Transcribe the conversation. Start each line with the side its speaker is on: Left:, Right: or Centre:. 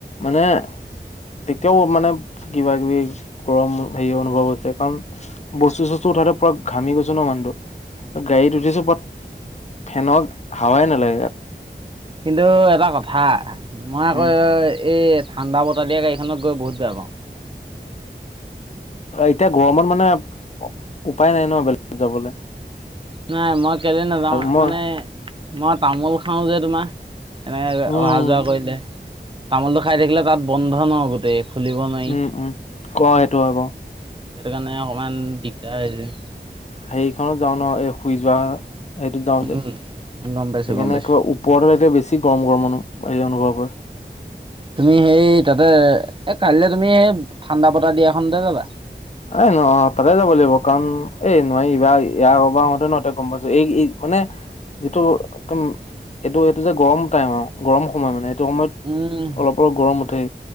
Left: মানে তেতিয়াও মানে কিবা কিবি গৰম হেৰি অনুভৱ হৈছে কাৰণ বস্তু চস্তু উঠাতে পুৰা ঘামি গৈছো ন মানুহটো গাড়ীত উঠিছো বাট ফেনক হাৱাই নালাগে ইয়াত।
Right: কিন্তু এটা কথা মই আকৌ
Left: উম
Right: এই ঠাণ্ডা বতাহ দিয়া গাড়ীখনত গৈ বহুত বেয়া পাও।
Left: এতিয়া গৰমত মানে উপায় নাই ন বেলেগত যাবলৈ।
Right: নাই মই কেলৈ নাযাও
Left: মই
Right: মানে মই তামোল খাও যে তোমাৰ। এনেকৈ
Left: উম
Right: অহা যোৱা কৰিলে তামোলটো খাই থাকিলে তাত বন্ধ ন গোটেই। খুলিব নোৱাৰি
Left: উম - উম ক সেইটো হয় বাৰু।
Right: সেইটো কাৰণে অকণমান দিগদাৰ হৈছে।
Left: হেইৰিখনত যাও ন এই শুই যোৱা সেইটো যাও
Right: উম,
Left: যে সেইকাৰনে
Right: গম পাইছোঁ, গম পাইছোঁ।
Left: ও ওপৰ এতিয়া বেছি গৰম-গৰম এই অনুভৱ হয়।
Right: তুমি সেই তাতে এ কাইলৈ তুমি সেই ঠাণ্ডা বতাহ দিয়াখনতে যাবা।
Left: এ ন তাতে যাব লাগিব কাৰণ এই নোৱাৰি এইবাৰ ইয়াৰব আহোতে নহ গম পাইছো এই। মানে যিটো একদম এইটো এইটো যে গৰম টাইম আৰু গৰম সময় মানে এইটো সময়ত
Right: উম,
Left: অলপ - অলপ গৰম উঠে